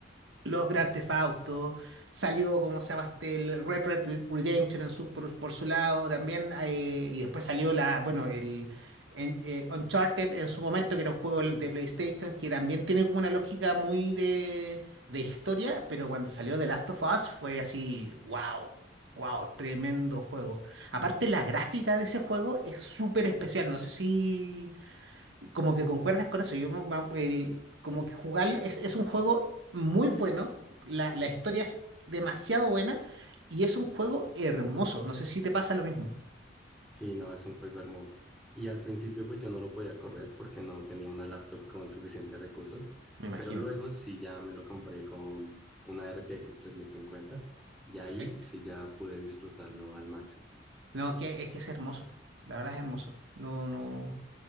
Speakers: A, on the right; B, in the centre.
A: los Grand Theft Auto, salió como se llama este, el Red Red Redemption en su, por, por su lado también, eh, y después salió la, bueno, el en- eh, Uncharted en su momento, que era un juego de PlayStation, que también tiene como una lógica muy de, de historia, pero cuando salió The Last of Us fue así, wow. Wow, tremendo juego. Aparte, la gráfica de ese juego es súper especial. No sé si, como que concuerdas con eso. Yo, me- me- el- como que jugarlo es, es un juego muy bueno, la, la historia es demasiado buena y es un juego hermoso. No sé si te pasa lo mismo.
B: Sí, no, es un juego hermoso. Y al principio pues yo no lo podía correr porque no tenía una laptop con suficientes recursos,
A: Me imagino.
B: pero luego sí ya me lo compré con una RTX 3050 y ahí
A: Perfecto.
B: sí ya pude disfrutarlo al máximo.
A: No, es que, es que es hermoso. La verdad es hermoso. No, no,